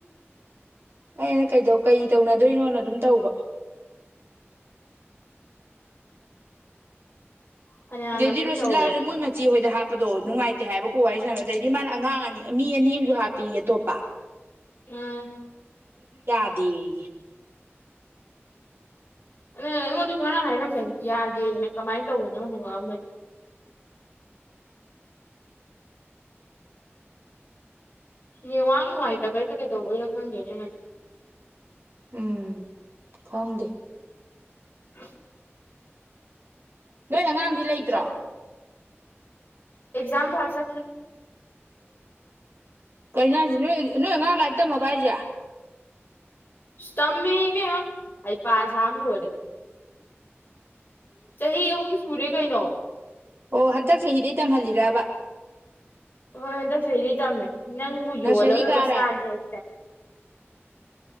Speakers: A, on the right (about 55°); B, on the left (about 45°).
A: ꯑꯩꯅ ꯀꯩ ꯀꯩ ꯇꯧꯅꯗꯣꯏꯅꯣꯅ ꯑꯗꯨꯝ ꯇꯧꯕ
B: ꯐꯅꯌꯥꯝꯂꯛꯇꯤ
A: ꯗꯩꯗꯤ ꯔꯣꯁꯤꯕꯥꯜꯁꯨ
B: ꯇꯧꯔꯦ
A: ꯃꯣꯏ ꯃꯆꯤ ꯍꯣꯏ ꯍꯥꯞꯄꯗꯣ ꯅꯨꯡꯉꯥꯏꯇꯦ ꯍꯥꯏꯕꯀꯣ ꯋꯥꯔꯤꯁꯥꯅꯕ ꯑꯗꯩꯗꯤ ꯃꯥꯅ ꯑꯉꯥꯡ ꯑꯅꯤ ꯃꯤ ꯑꯅꯤ ꯑꯃꯁꯨ ꯍꯥꯞꯄꯤꯌꯦ ꯑꯇꯣꯞꯄ
B: ꯑ
A: ꯗꯦꯌꯦ
B: ꯑ ꯑꯩꯉꯣꯟꯗꯁꯨ ꯉꯔꯥꯡ ꯍꯥꯏꯔꯝꯃꯦ ꯌꯥꯗꯦꯅ ꯀꯃꯥꯏꯅ ꯇꯧꯕꯅꯪ ꯍꯪꯉꯛꯑꯝꯕꯟ ꯅꯦꯠꯋꯥꯛ ꯅꯨꯡꯉꯥꯏꯇꯕꯩꯩꯔ ꯀꯩꯗꯧꯕꯩꯅꯣ ꯈꯪꯗꯦꯅꯦ
A: ꯎꯝ ꯈꯪꯗꯦ
B: <unintelligible>
A: ꯅꯣꯏ ꯑꯉꯥꯡꯗꯤ ꯂꯩꯇ꯭ꯔꯣ
B: ꯁꯠ ꯁꯠ ꯑꯦꯛꯖꯥꯝ ꯊꯥ ꯆꯠꯈꯤ
A: ꯀꯩꯅꯣ ꯍꯥꯏꯁꯦ ꯅꯣꯏ ꯅꯣꯏ ꯑꯉꯥꯡ ꯂꯥꯛꯔꯤꯛꯇꯝꯃꯕꯣ ꯍꯥꯏꯁꯦ
B: ꯏꯁꯇꯝꯃꯦ ꯍꯦ ꯏꯕꯦꯝꯃ ꯍꯩꯄ ꯁꯥꯕꯅ ꯂꯣꯏꯔꯦ ꯆꯍꯤ ꯑꯍꯨꯝ ꯁꯨꯔꯦ ꯀꯩꯅꯣ
A: ꯑꯣ ꯍꯟꯗꯛ ꯆꯍꯤ ꯗꯩ ꯇꯝꯍꯜꯂꯤꯔꯕ
B: ꯍꯣꯏ ꯍꯟꯗꯛ ꯆꯍꯤꯗꯩ ꯇꯝꯃꯦ ꯅꯪꯕꯨ
A: ꯅꯁꯔꯤ
B: ꯌꯣꯜꯂꯒꯒ
A: ꯀꯥꯔꯦ
B: ꯆꯥꯅꯤ ꯍꯥꯏ